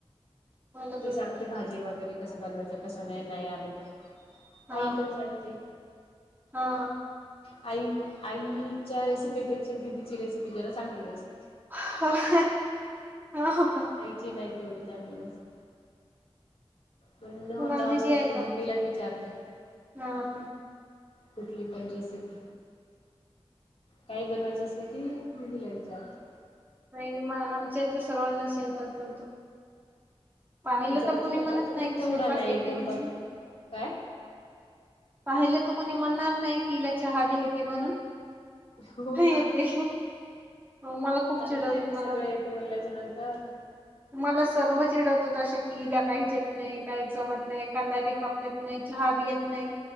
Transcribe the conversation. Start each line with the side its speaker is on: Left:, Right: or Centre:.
Right: मला
Left: तो
Right: जमत.
Left: सांगतो भाजी वगैरे कस बनवायचं. तसं नाही नाही आलं तर
Right: हा
Left: आई पण सांगते.
Right: हा
Left: आई आईच्या रेसिपीपेक्षा दिदीची रेसिपी जरा चांगली असते.
Right: <unintelligible> हो का?
Left: आईची नाही तेवढी चांगली असते. म्हण
Right: तुम्हाला
Left: होतास
Right: दिदी
Left: तर
Right: आहे का
Left: दिदीलाच विचारते.
Right: हा हम्म्म.
Left: कुठली पण रेसिपी काही बनवायचं असलं की दिदीला विचारते.
Right: नाही मग आमच्या इथ सर्वांनाच स्वयंपाक बनतो. पाहिलं
Left: जमते
Right: तर कुणी
Left: मला
Right: म्हणत
Left: पण
Right: नाही, की
Left: तेवढा
Right: स्वयंपाक
Left: नाही
Right: येते
Left: एकदम
Right: म्हणून.
Left: परफेक्ट. काय?
Right: पाहिलं तर कोणी म्हणणार नाही की हिला चहा बी येते म्हणून.
Left: हो
Right: हा येते.
Left: का?
Right: हो मला खूप
Left: चांगलं
Right: चिडवत्यात
Left: आहे ना
Right: मला
Left: सगळं येते म्हणल्याच्या नंतर.
Right: मला सर्व चिडव तो तसे पिईला काहीच येत नाही, काहीच जमत नाही. कांदा बी कापता येत नाही, चहा बी येत नाही.